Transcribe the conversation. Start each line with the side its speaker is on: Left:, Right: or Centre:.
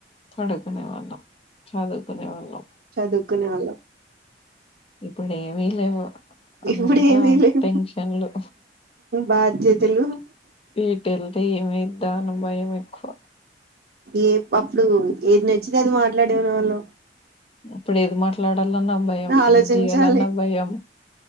Left: పడుకునే వాళ్ళం చదువుకునే వాళ్ళం
Right: చదుకునె వాళ్ళం
Left: ఇప్పుడేమీ లేవు అంతా
Right: ఇప్పుడు ఏమీ లేవు
Left: టెంక్షండ్లు
Right: బాధ్యతలు
Left: వీ ఈటెళ్తే ఏమైద్దా అను భయమెక్కువ
Right: ఏ అప్పుడు ఏద్ నచ్చితే అది మాట్లాడును వాళ్ళం
Left: అప్పుడేది మాట్ల్ ట్లాడాలన్న భయం
Right: ఆలోచించాలి
Left: ఏద్ జేయాలన్న భయం